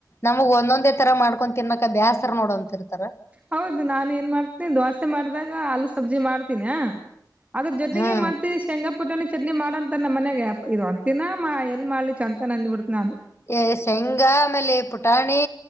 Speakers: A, on the left (about 35°); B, on the right (about 20°).
A: ನಮಗ್ ಒಂದೊಂದೇ ತರ ಮಾಡ್ಕೊಂಡ ತಿನ್ನಕ ಬ್ಯಾಸ್ರ ನೋಡಂತಿರ್ತಾರ.
B: ಹೌದು ನಾನೆನ್ ಮಾಡ್ತೀನಿ ದೋಸೆ ಮಾಡ್ದಾಗ ಆಲೂ ಸಬ್ಜಿ ಮಾಡ್ತೀನಿಯ. ಅದ್ರ ಜೊತಿಗೆ
A: ಹಾ.
B: ಮತ್ತ ಶೇಂಗ ಪುಟಾಣಿ ಚಟ್ನಿ ಮಾಡ ಅಂತನ್ ನಮ್ಮ ಮನ್ಯಾಗ ಇದು ಒಂತಿನ್ನ ಎಲ್ ಮಾಡ್ಲಿ ಚೆಂತನ ಅಂದ್ಬಿಡ್ತಿನಾನು.
A: ಏ ಶೇಂಗಾ ಆಮೇಲೆ ಪುಟಾಣಿ